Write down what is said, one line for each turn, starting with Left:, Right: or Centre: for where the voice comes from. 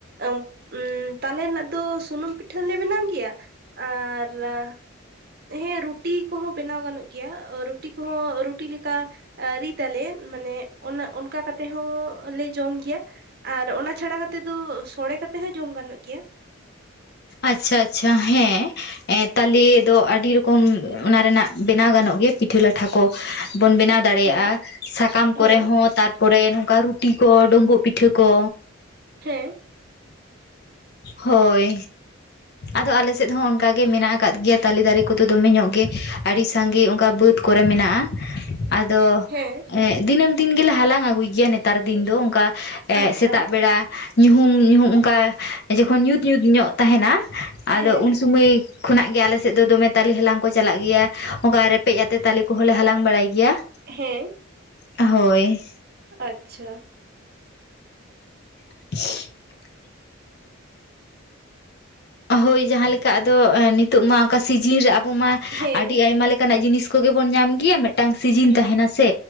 Right: ᱚᱢᱵ ᱩᱸ ᱛᱟᱞᱮ ᱱᱟᱜ ᱫᱚ ᱥᱩᱱᱩᱢ ᱯᱤᱴᱷᱟᱹ ᱞᱮ ᱵᱮᱱᱟᱣ ᱜᱮᱭᱟ ᱾ ᱟᱨ ᱨᱟ ᱦᱮᱸ ᱨᱩᱴᱤ ᱠᱚᱦᱚᱸ ᱵᱮᱱᱟᱣ ᱜᱟᱱᱚᱜ ᱜᱮᱭᱟ ᱨᱩᱴᱤ ᱠᱚᱦᱚᱸ ᱨᱩᱴᱤ ᱞᱮᱠᱟ ᱟᱹ ᱨᱤᱫᱟᱞᱮ ᱢᱟᱱᱮ ᱚᱱᱚ ᱚᱱᱠᱟ ᱠᱟᱛᱮᱜ ᱦᱚᱸ ᱞᱮ ᱡᱚᱢ ᱜᱮᱭᱟ ᱾ ᱟᱨ ᱚᱱᱟ ᱪᱷᱟᱲᱟ ᱠᱟᱛᱮᱫ ᱫᱚ ᱥᱳᱲᱮ ᱠᱟᱛᱮ ᱦᱚᱸ ᱡᱚᱢ ᱜᱟᱱᱚᱜ ᱜᱮᱭᱟ ᱾
Left: ᱟᱪᱪᱷᱟ ᱟᱪᱪᱷᱟ ᱦᱮᱸ ᱮᱸ ᱛᱟᱞᱮ ᱫᱚ ᱟᱹᱰᱤ ᱨᱚᱠᱚᱢ ᱚᱱᱟ ᱨᱮᱱᱟᱜ ᱵᱮᱱᱟᱣ ᱜᱟᱱᱚᱜ ᱜᱮᱭᱟ ᱯᱤᱴᱷᱟᱹ ᱞᱟᱴᱷᱟ ᱠᱚ ᱵᱚᱱ ᱵᱮᱱᱟᱣ ᱫᱟᱲᱮᱭᱟᱜᱼᱟ
Right: ᱦᱮᱸ
Left: ᱥᱟᱠᱟᱢ
Right: ᱦᱮᱸ
Left: ᱠᱚᱨᱮ ᱦᱚᱸ ᱛᱟᱨᱯᱚᱨᱮ ᱱᱚᱝᱠᱟ ᱨᱩᱴᱤ ᱠᱚ ᱰᱳᱵᱚᱜ ᱯᱤᱴᱷᱟᱹ ᱠᱚ
Right: ᱦᱮᱸ
Left: ᱦᱳᱭ ᱟᱫᱚ ᱟᱞᱮᱥᱮᱫ ᱦᱚᱸ ᱚᱱᱠᱟ ᱜᱮ ᱢᱮᱱᱟᱜ ᱟᱠᱟᱫ ᱜᱮᱭᱟ ᱛᱟᱞᱮ ᱫᱟᱨᱮ ᱠᱚᱫᱚ ᱫᱚᱢᱮ ᱧᱚᱜ ᱜᱮ ᱟᱹᱰᱤ ᱥᱟᱸᱜᱮ ᱚᱱᱠᱟ ᱵᱟᱹᱫᱽ ᱠᱚᱨᱮ ᱢᱮᱱᱟᱜᱼᱟ ᱾ ᱟᱫᱚ
Right: ᱦᱮᱸ
Left: ᱫᱤᱱᱟᱹᱢ ᱫᱤᱱ ᱜᱮᱞᱮ ᱦᱟᱞᱟᱝ ᱟᱹᱜᱩᱭ ᱜᱮᱭᱟ ᱱᱮᱛᱟᱨ ᱫᱤᱱ ᱫᱚ ᱚᱱᱠᱟ ᱮᱜ
Right: ᱟᱪᱪᱷᱟ
Left: ᱥᱮᱛᱟᱜ ᱵᱮᱲᱟ ᱧᱩᱦᱩᱢ ᱧᱩᱦᱩᱢ ᱚᱝᱠᱟ ᱡᱚᱠᱷᱚᱱ ᱧᱩᱛ ᱧᱩᱛ ᱧᱚᱜ ᱛᱟᱦᱮᱱᱟ ᱟᱫᱚ
Right: ᱦᱮᱸ
Left: ᱩᱱ ᱛᱩᱢᱚᱭ ᱠᱷᱚᱱᱟᱜ ᱜᱮ ᱟᱞᱮ ᱥᱮᱫ ᱫᱚ ᱫᱚᱢᱮ ᱛᱟᱞᱮ ᱦᱟᱞᱟᱝ ᱠᱚ ᱪᱟᱞᱟᱜ ᱜᱮᱭᱟ ᱚᱱᱠᱟ ᱨᱮᱯᱮᱡ ᱟᱛᱮᱜ ᱛᱟᱞᱮ ᱠᱚ ᱠᱚᱦᱚᱸ ᱞᱮ ᱦᱟᱞᱟᱝ ᱵᱟᱲᱟᱭ ᱜᱮᱭᱟ ᱾
Right: ᱦᱮᱸ
Left: ᱦᱳᱭ
Right: ᱟᱪᱪᱷᱟ
Left: <unintelligible> ᱦᱳᱭ ᱡᱟᱦᱟᱸᱞᱮᱠᱟ ᱟᱫᱚ ᱮᱸ ᱱᱤᱛᱚᱜ ᱢᱟ ᱚᱱᱠᱟ ᱥᱤᱡᱤᱱ ᱨᱮ ᱟᱵᱚ ᱢᱟ
Right: ᱦᱮᱸ
Left: ᱟᱹᱰᱤ ᱟᱭᱢᱟ ᱞᱮᱠ ᱠᱟᱱᱟᱜ ᱡᱤᱱᱤᱥ ᱠᱚᱜᱮ ᱵᱚᱱ ᱧᱟᱢ ᱜᱮᱭᱟ ᱢᱤᱫᱴᱟᱝ ᱥᱤᱡᱤᱱ
Right: ᱦᱮᱸ
Left: ᱛᱟᱦᱮᱱᱟ ᱥᱮ